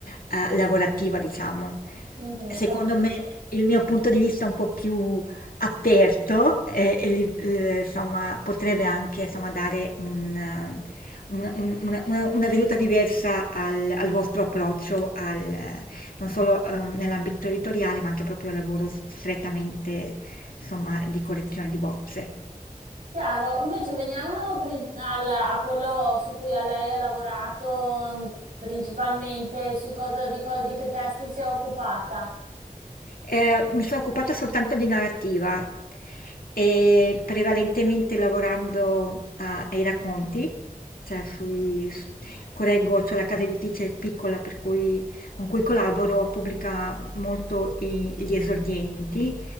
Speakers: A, on the left; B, on the right.
A: eh, lavorativa, diciamo
B: Mhm,
A: secondo
B: capisco.
A: me, il mio punto di vista un po' più aperto eh, e li- eh, insomma, potrebbe anche insomma, dare un, un- un- una, una- una veduta diversa al, al vostro approccio, al, eh, non solo ehm, nell'ambito editoriale, ma anche proprio al lavoro strettamente insomma, di correzione di bozze.
B: Chiaro, invece veniamo pri- al- a quello su cui a lei ha lavorato mm, principalmente, su cosa, di, co- di che testi si è occupata.
A: Eh, mi sono occupata soltanto di narrativa, e prevalentemente lavorando a- ai racconti, cioè sui, s- correggo, c'è la casa editrice piccola per cui- con cui collaboro, pubblica molto i- gli esordienti,